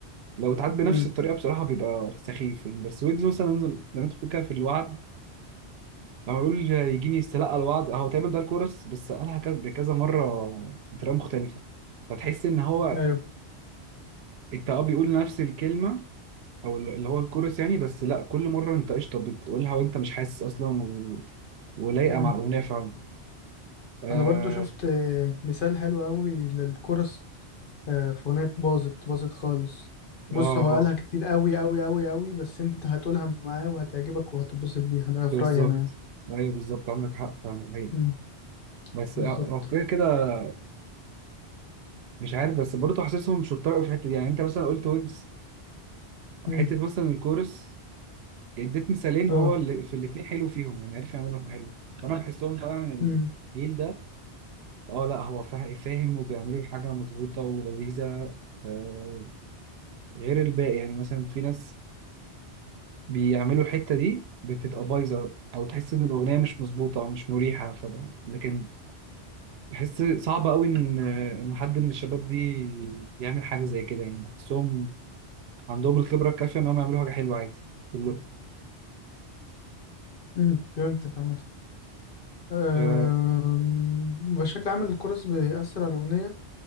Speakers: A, on the right (about 70°); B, on the left (about 55°).
A: لو اتعاد بنفس
B: امم
A: الطريقه بصراحه بيبقى سخيف يعني. بس ويجز مثلا زي ما انت بتقول كده في الوعد لما يقول يجيني يستلقى الوعد هو تقريبا ده الكورس بس قالها كذا بكذا مره بطريقه مختلفه فتحس ان هو
B: أيوه
A: انت اه بيقول نفس الكلمه او اللي هو الكورس يعني بس لا كل مره انت قشطه بتقولها وانت مش حاسس اصلا و... ولايقه
B: امم
A: مع الاغنيه فعلا اه
B: أنا برضو شفت آه، مثال حلو قوي للكورس آه، في أغنية باظت باظت خالص بص
A: اه, آه.
B: هو قالها كتير قوي قوي قوي قوي بس أنت هتقولها معاه وهتعجبك وهتتبسط بيها ده
A: بالظبط
B: في رأيي أنا
A: ايوه بالظبط عندك حق فاهم حقيقي
B: امم
A: بس
B: بالظبط
A: لو كده كده مش عارف بس برضه حاسسهم شرطة قوي في الحته دي يعني انت مثلا قلت ويبز
B: امم
A: حته مثلا الكورس اديت مثالين
B: أه
A: هو اللي في الاثنين حلو فيهم يعني عارف يعملهم حلو فانا بحسهم <laughs> فعلا إن
B: امم
A: الجيل ده اه لا هو فا- فاهم وبيعملوا حاجه مظبوطه ولذيذه آه، غير الباقي يعني مثلا في ناس بيعملوا الحته دي بتبقى بايظه او تحس ان الاغنيه مش مظبوطه او مش مريحه فده لكن بحس صعب قوي ان ان حد من الشباب دي يعمل حاجه زي كده يعني بحسهم عندهم الخبره الكافيه انهم يعملوا حاجه حلوه عادي كله
B: امم فهمتك عامة أم،
A: آه
B: بشكل عام الكورس بيأثر على الأغنية